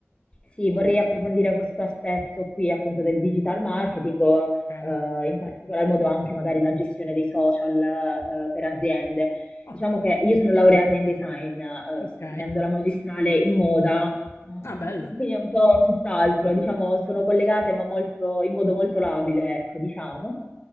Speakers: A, on the left; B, on the left.
A: sì, vorrei approfondire questo aspetto qui appunto del digital marketing o
B: sì. Ok.
A: eh, in particolar modo anche magari la gestione dei social eh, per aziende.
B: Ah,
A: Diciamo che io sono laureata in design, eh,
B: ok.
A: sto finendo la magistrale in moda Mm,
B: Ah, bello.
A: Quindi è un po' tutt'altro, diciamo, sono collegate ma molto, in modo molto labile, ecco, diciamo,